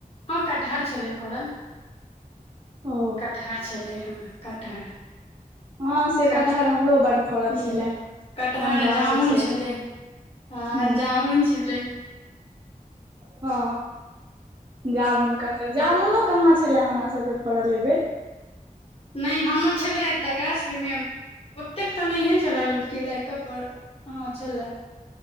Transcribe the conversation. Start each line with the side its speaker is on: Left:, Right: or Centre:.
Left: हँ कटहर छलै फड़ल।
Right: ओ
Left: कटहर छलै हेन कटहर।
Right: हँ से
Left: कटह
Right: कटहर हमरो बड फड़ल
Left: हू
Right: छलए
Left: कटहर
Right: अपन गाछ
Left: जामुन
Right: छै
Left: छलै। हँ
Right: हूं
Left: जामुन छलै।
Right: हँ जामुन कटहल जामुनो। कहाँ छले हमरा सबके फड़ल एबेर।
Left: नय हमर छेलै एकटा गाछ ओहिमे। ओतेक तऽ नहिये छलए लूदकी लइका पर हँ छलए।